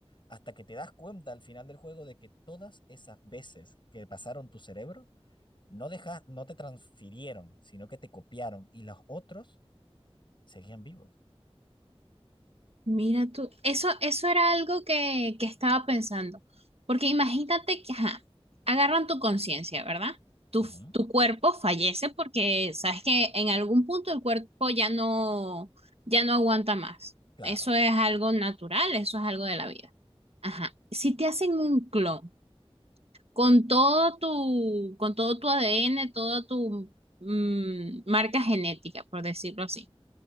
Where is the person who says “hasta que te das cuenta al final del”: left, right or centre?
Left